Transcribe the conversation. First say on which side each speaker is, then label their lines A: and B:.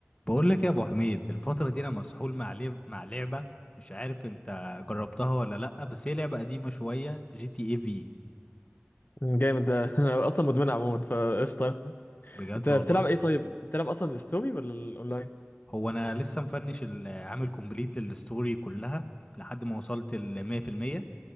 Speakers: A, on the left; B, on the left.
A: بقول لك يا ابو حميد الفتره دي انا مسحول مع لعب مع لعبه مش عارف انت جربتها ولا لا بس هي لعبه قديمه شويه جي تي اي في
B: جامد ده <laughs> انا اصلا مدمن عموما فقشطه
A: بجد
B: انت بتلعب
A: والله
B: ايه طيب بتلعب اصلا الستوري ولا الاونلاين
A: هو انا لسه مفنش ال- عامل كومبليت للستوري كلها لحد ما وصلت ل 100%